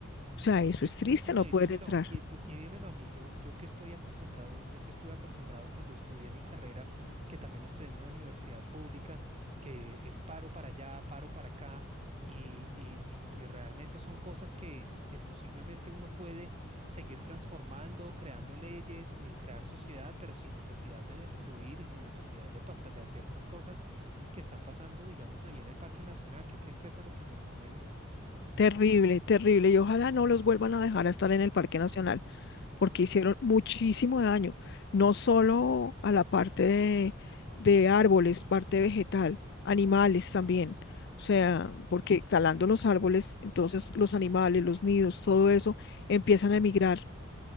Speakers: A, on the left; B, on the right.
A: O sea, eso
B: Y
A: es triste
B: n- y no,
A: no
B: y
A: poder
B: dímelo,
A: entrar.
B: y, y- y dímelo a mí, yo, yo que estoy acostumbrado, yo que estuve acostumbrado cuando estudié mi carrera, que también estudié en una universidad pública, que es paro para allá, paro para acá, y, y, y- y realmente son cosas que, que posiblemente uno puede seguir transformando, creando leyes, eh, crear sociedad, pero sin necesidad de destruir y sin necesidad de pasar, de hacer las cosas que están pasando, digamos, ahí en el Parque Nacional. Qué tristeza lo que me comentas, eh, Mónica.
A: Terrible, terrible. Y ojalá no los vuelvan a dejar a estar en el Parque Nacional. porque hicieron muchísimo daño, no solo a la parte de, de árboles, parte vegetal, animales también. O sea, porque talando los árboles, entonces los animales, los nidos, todo eso empiezan a emigrar.